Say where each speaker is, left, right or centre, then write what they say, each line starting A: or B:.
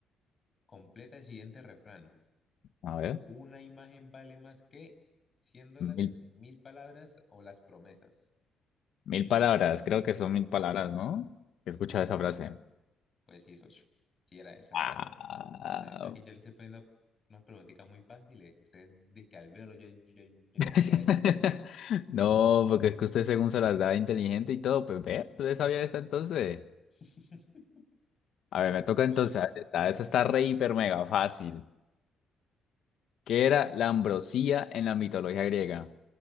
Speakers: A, on the left (about 35°); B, on the left (about 70°).
A: completa el siguiente refrán.
B: A ver,
A: Una imagen vale más que 100 dólares,
B: mil,
A: mil palabras o las promesas.
B: mil palabras, creo que son mil palabras, ¿no? He escuchado esa frase.
A: Pues sí, socio. Sí, era esa
B: Ah,
A: la verdad. Nada, pero es que yo le estoy poniendo unas preguntitas muy fáciles. Ustedes dicen que al verlo, yo, yo, yo, yo ni sabía
B: <laughs>
A: que era eso.
B: No, porque es que usted según se las da inteligente y todo, pues ve, usted sabía esta entonces.
A: <laughs>
B: A ver, me toca
A: No,
B: entonces.
A: no.
B: Esta, esta está re hiper mega fácil. ¿Qué era la ambrosía en la mitología griega?